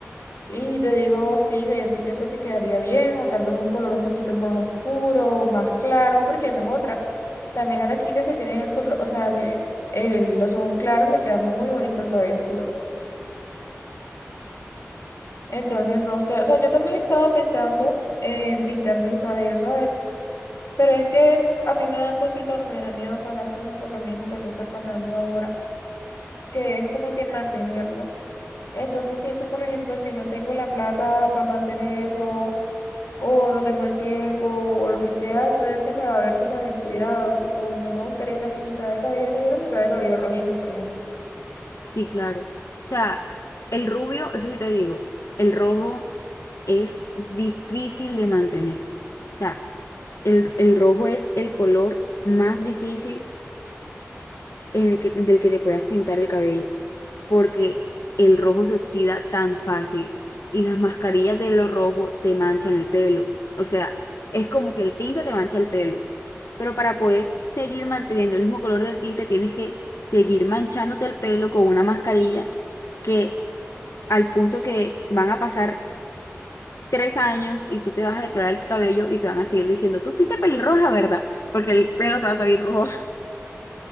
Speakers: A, on the left; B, on the left.
A: Y te digo, sí, o sea, yo sí creo que te quedaría bien, o tal vez un color un poquito más oscuro, más claro, porque esa es otra. También a las chicas que tienen el color, o sea, el- el- los ojos claros, le queda muy bonito el cabello oscuro. Entonces, no sé, o sea, yo también estaba pensando en pintarme el cabello, ¿sabes? Pero es que a mí me da cosita, me da miedo pasar como por lo mismo que tú estás pasando ahora, que es como que mantenerlo. Entonces siento, por ejemplo, si no tengo la plata para mantenerlo, o no tengo el tiempo o lo que sea, entonces se me va a ver como descuidado, tipo, no me gustaría tener mitad de cabello negro, mitad de cabello rojizo, por ejemplo.
B: Sí, claro. O sea, el rubio, eso sí te digo, el rojo es difícil de mantener. O sea, el, el rojo es el color más difícil en el que, del que te puedas pintar el cabello, porque el rojo se oxida tan fácil y las mascarillas de lo rojo te manchan el pelo. O sea, es como que el tinte te mancha el pelo. Pero para poder seguir manteniendo el mismo color del tinte, tienes que seguir manchándote el pelo con una mascarilla que al punto que van a pasar tres años y tú te vas a decolorar el cabello y te van a seguir diciendo, tú fuiste pelirroja, ¿verdad? Porque el pelo te va a salir rojo.